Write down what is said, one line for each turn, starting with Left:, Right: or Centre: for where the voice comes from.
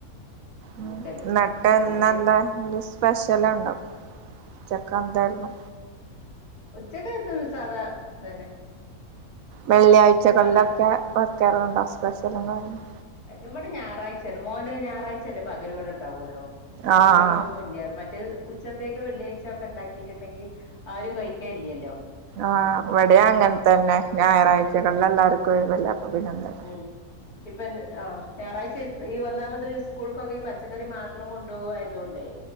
Right: ഉ
Left: നിക്കല്
Right: എന്നിട്ട്ന്ന
Left: പിന്നെ എന്ത്
Right: എന്താ സ്പെഷ്യല ഉണ്ടോ ചെക്ക എന്തായിരുന്നു
Left: ഉച്ചക്ക എത്തന്ന് സാധാ തന്നെ
Right: വെള്ളിയാഴ്ചകളിലൊക്കെ
Left: സാധാ
Right: വെക്കാറുണ്ടോ സ്പെഷ്യലും കാരണം
Left: ഇവിടെ ഞായറാഴ്ചയേ മോന് ഞായറാഴ്ചല്ലേ പകല ഇവിടെ ഉണ്ടാവുള്ളോ
Right: ആഹ്
Left: ട്യൂഷനും ഒന്നും ഇല്ല മറ്റേ ഉച്ചത്തേക്ക് വെള്ളിയാഴ്ച ഒക്കെ ഉണ്ടാക്കിയിട്ടുണ്ടെങ്കിൽ ആരും കഴിക്കാ ഇല്ലല്ലോ
Right: ആ ഇവിടും അങ്ങനെ തന്നെ ഞായറാഴ്ചകളില
Left: ആ
Right: എല്ലാവർക്കും വല്ല അഭിനന്ദനം
Left: ഉ ഇപ്പൊ ആ ഞായറാഴ്ച ഈ വന്നാമത് സ്കൂൾക്കൊക്കെ ഈ പച്ചക്കറി മാത്രം കൊണ്ടുപോയതുകൊണ്ടേ